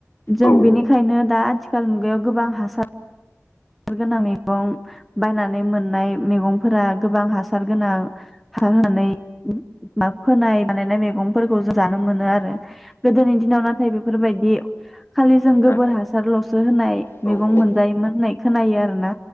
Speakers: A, in the centre; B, on the left.
A: जों
B: औ
A: बिनिखायनो दा आथिखाल मुगायाव गोबां हासार हासार गोनां मैगं बायनानै मोननाय मैगंफोरा गोबां हासार गोनां हार होनानै माब फोनाय बानायनाय मैगंफोरखौ जों जानो मोनो आरो गोदोनि दिनाव नाथाय बेफोरबायदि खालि जों
B: आतसा
A: गोबोर हासारल' होनाय
B: औ
A: मैगं
B: औ
A: मोनजायोमोन होननाय खोनायो आरोना।